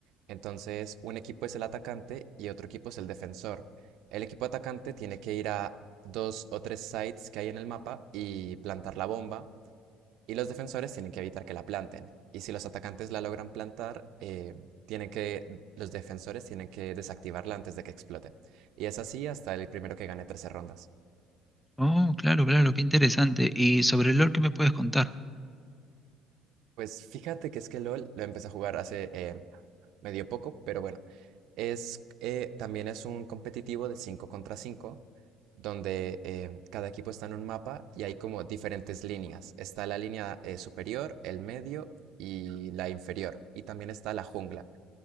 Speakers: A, on the right (about 60°); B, in the centre.
A: Entonces, un equipo es el atacante y otro equipo es el defensor. El equipo atacante tiene que ir a dos o tres sites que hay en el mapa y plantar la bomba Y los defensores tienen que evitar que la planten. Y si los atacantes la logran plantar, eh, tienen que, los defensores tienen que desactivarla antes de que explote. Y es así hasta el primero que gane trece rondas.
B: Oh, claro, claro, qué interesante. ¿Y sobre el LoL qué me puedes contar?
A: Pues fíjate que es que LOL lo empecé a jugar hace eh, medio poco, pero bueno. Es, eh, también es un competitivo de 5 contra 5 donde eh, cada equipo está en un mapa y hay como diferentes líneas. Está la línea eh, superior, el medio y la inferior. Y también está la jungla.